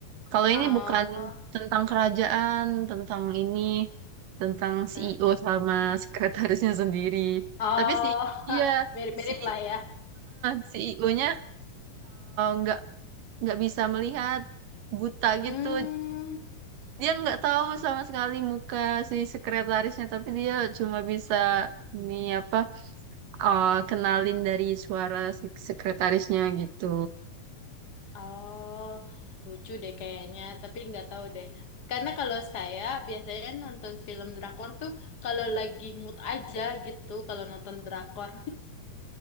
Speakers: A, on the right (about 75°); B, on the left (about 30°).
A: Kalau ini
B: Oh.
A: bukan tentang kerajaan, tentang ini, tentang CEO
B: Eh,
A: sama sekretarisnya sendiri.
B: Oh.
A: Tapi si iya
B: <laughs> Mirip-mirip
A: si
B: lah ya.
A: CEO-nya nggak nggak bisa melihat buta
B: Hmm.
A: gitu, dia nggak tahu sama sekali muka si sekretarisnya tapi dia cuma bisa ini apa eh, kenalin dari suara si sekretarisnya gitu
B: Oh. Lucu deh kayaknya, tapi nggak tahu deh. Karena kalau saya biasanya nonton film drakor tuh kalau lagi mood aja gitu kalau nonton drakor.